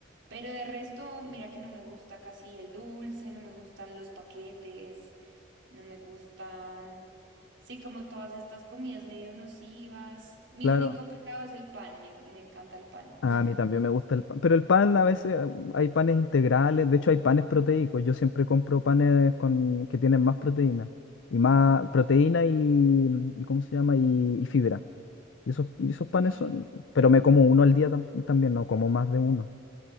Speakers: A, on the right (about 80°); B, on the left (about 80°).
A: Pero de resto, mira que no me gusta casi el dulce, no me gustan los paquetes, no me gustan... Sí, como todas estas comidas medio nocivas. Mi
B: Claro,
A: único pecado es el pan, me, me encanta el pan.
B: a
A: <laughs>
B: mí también me gusta el pan, pero el pan a veces eh, hay panes integrales, de hecho hay panes proteicos, yo siempre compro panes con, que tienen más proteína, y más proteína y, mm, y ¿cómo se llama? Y, y fibra. Y esos, y esos
A: Ok.
B: panes son, pero me como uno al día tam- también, no como más de uno.